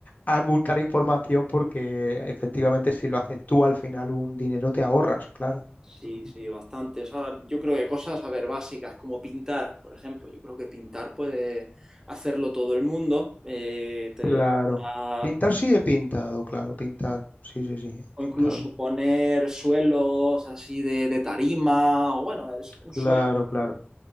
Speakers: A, on the left (about 45°); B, on the right (about 15°).
A: a buscar información porque efectivamente si lo haces tú al final un dinero te ahorras, claro.
B: Sí,
A: Ujú.
B: sí, bastante. O sea, yo creo que cosas, a ver, básicas, como pintar, por ejemplo. Yo creo que pintar puede hacerlo todo el mundo. eh, te-
A: Claro.
B: a-
A: Pintar sí he pintado, claro, pintar. Sí, sí, sí, he
B: o incluso
A: pintado.
B: poner suelos así de, de tarima, o bueno, es un
A: Claro,
B: suelo
A: claro.